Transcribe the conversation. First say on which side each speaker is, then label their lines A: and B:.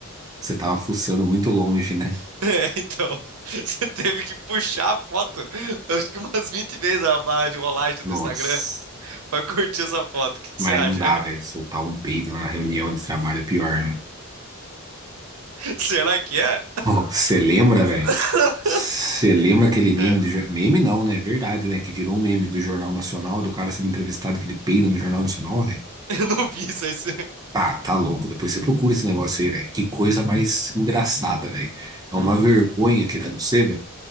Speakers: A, on the right; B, on the right.
A: Você tava fuçando muito longe, né?
B: <laughs> É, então, você teve que puxar a foto, eu acho que umas 20 vezes a barra de rolagem
A: Nossa.
B: do Instagram pra curtir essa foto. O que que
A: Mas
B: você acha?
A: não dá, velho. Soltar um peido na reunião de trabalho é pior, né?
B: <laughs> Será que é?
A: Ó, Você lembra, velho?
B: <laughs>
A: Você lembra aquele meme
B: É,
A: do... jor- Meme não, né? É verdade, né? Que virou um meme do Jornal Nacional, do cara sendo entrevistado que ele peida no Jornal Nacional, velho?
B: Eu não vi isso aí. você- <laughs>
A: Ah, tá louco. Depois você procura esse negócio aí, velho. Que coisa mais engraçada, velho. É uma vergonha que dá no você, velho.